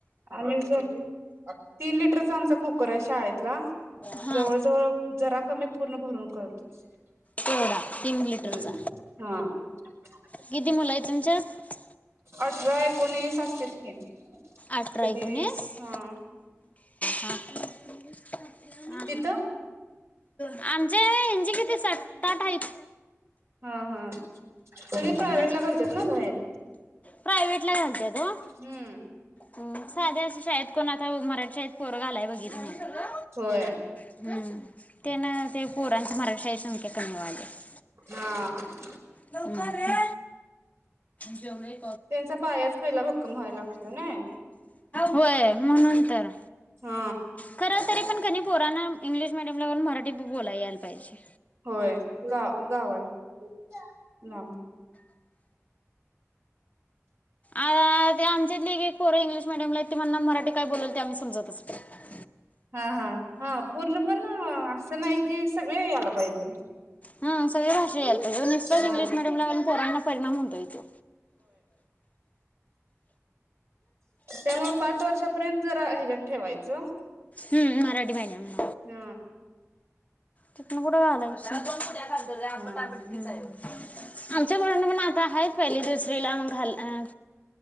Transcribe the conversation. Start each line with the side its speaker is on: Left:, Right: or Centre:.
Right: अम्याझोन तीन लिटरचा आमचा कु परंय शाळेतला
Left: हां
Right: जवळ-जवळ जरा कमी मी पूर्ण भरून करतोयच.
Left: तेवढा तीन लिटरचा
Right: हम्म हा <unintelligible>
Left: किती मुलायत तुमच्यात?
Right: अठरा एकोणीस असत्यात की
Left: अठरा
Right: कधी
Left: एकोणीस
Right: वीस हा
Left: हा
Right: तिथं
Left: हा आमचे ह्यांचे किती सात आठ हायत.
Right: हा हा सगळे प्रायव्हेट
Left: म्हजे
Right: ला घालतात ना बाहेर
Left: प्रायावेटला घालत्यात ओ
Right: हम्म
Left: हम्म साध्या असं शाळेत कोण आता मराठी शाळेत पोरगा आलाय बघितलं होय
Right: होय
Left: हम्म तेन ते पोरांचा मराठी शाळेत सांके <unintelligible>
Right: हा
Left: लवकर रे जेवले
Right: त्यांचा पायाच पहिला भक्कम व्हायला लागतोय ना
Left: होय म्हणून तर
Right: हा
Left: खरं तरी पण कणी पोरांना इंग्लिश मिडियमला पण मराठी बोलाय यायला पाहिजे
Right: होय गावाला कुट लांब
Left: आ ते आमच्यातली एक एक पोरं इंग्लिश मिडीयमला हायत ती मराठी काय बोललं ते आमी समजतंच नाय
Right: हा-हा-हा पूर्ण पण असं नाही की सगळी याला पाहिजे
Left: हा सगळ्या भाषा जे नुसतं चं
Right: हा
Left: इंग्लिश मिडीयमला घालून पोरांना परिणाम होतोय त्यो
Right: त्यामुळं पाच वर्षापर्यंत जरा ह्यज्यात ठेवायचं
Left: हम्म मराठी महिना
Right: हा
Left: तिथंन कुठ झालाय हुशार <unintelligible>
Right: हा
Left: आमच्या पोरांना पण आता हायत पहिली दुसरीला म-घा-अ